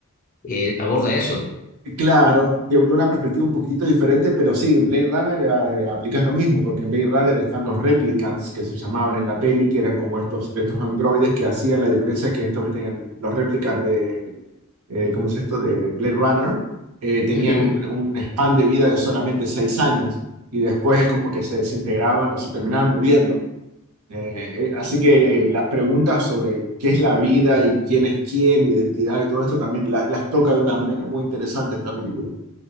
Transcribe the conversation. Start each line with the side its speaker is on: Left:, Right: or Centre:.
Left: eh, aborda eso.
Right: Claro, de un- de una perspectiva un poquitito diferente, pero sí, en Blade Runner eh, aplicas lo mismo, porque en Blade Runner están los replicants que se llamaban en la peli, que eran como estos, estos androides que hacían la diferencia, es que estos que tenían los replicants de, eh, ¿cómo es esto?, de Blade Runner, eh, tenían
Left: Sí.
Right: un, un span de vida de solamente seis años y después es como que se desintegraban o se terminaban muriendo. Eh, eh, así que las preguntas sobre qué es la vida y quién es quién, identidad y todo esto también la- las toca de una manera muy interesante esta película.